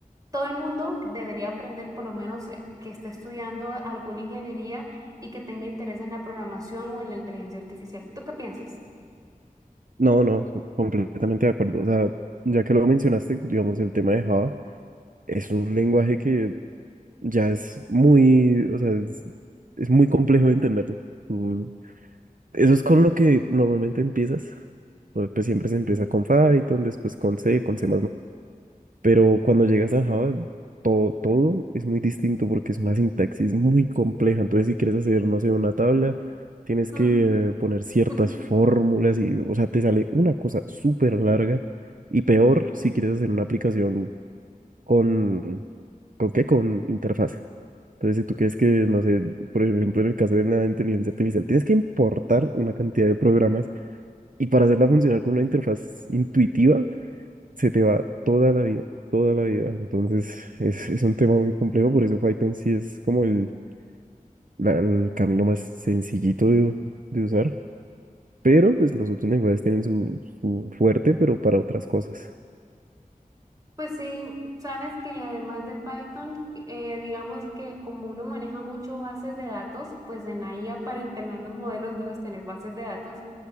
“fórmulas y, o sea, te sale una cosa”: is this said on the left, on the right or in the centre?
Right